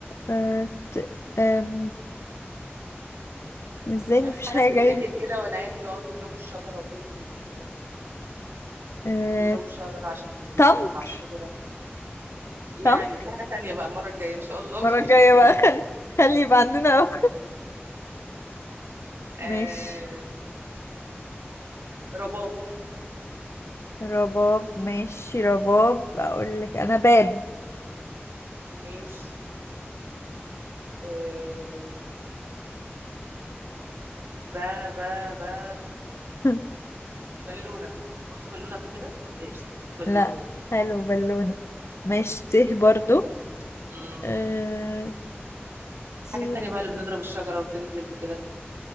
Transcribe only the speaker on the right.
حاجة
بتتاكل
كده والعيال بيقعدوا يضربوا الشجرة وتنزل وكده
ويقعدوا يضربوا الشجرة عشان تنزل
لهم من على الشجرة يعني
في حاجة تانية بقى المرة الجاية إن شاء الله
<laughs> بنفتكريها
آه...
رباب
ماشي آه... با با با
بالونة قلت بالونة قبل كده؟ ما قلتهاش صح؟ بالونة
مم.
الحاجة التانية بقى اللي بنضرب الشجرة وتنزل وكده